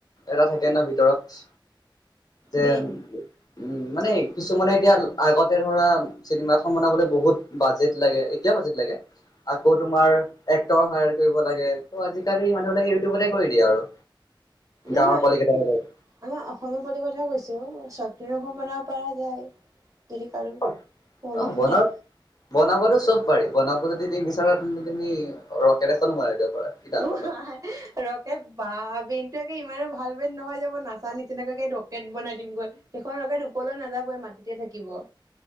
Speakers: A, on the left (about 50°); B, on the right (about 40°).
A: এটা থাকে ন ভিতৰত। যেন
B: বিন
A: উম, মানে কিছুমানে এতিয়া আগতে ধৰা চিনেমা এখন বনাবলৈ বহুত বাজেট লাগে, এতিয়াও বাজেট লাগে। আকৌ তোমাৰ, এক্টৰ হায়াৰ কৰিব লাগে। ত, আজিকালি মানুহবিলাকে ইউটিউবতে কৰি দিয়ে আৰু
B: নহয়
A: গাঁৱৰ পোৱালিকেইটামানলৈ
B: আমাৰ অসমীয়া পোৱালিৰ কথা কৈছো, চৰ্ত ফ্লিম এখন বনাব পৰা যায়। যদি কাৰো
A: <unintelligible>
B: প্ৰব্লেম নাই।
A: বনাবটো চব পাৰি, বনাব যদি তুমি বিচাৰা, তেন্তে তুমি ৰকেট এখনো বনাই দিব পাৰা। কি ডাঙৰ
B: উ,
A: কথা
B: হায় ৰকেট বা বেইনটো ইমানো ভাল বেইন নহয় যে মই নাচা নিচিনাকৈ গৈ ৰকেট বনাই দিম গৈ। সেইখন ৰকেট ওপৰলৈ নাযাবই এই মাটিতে থাকিব।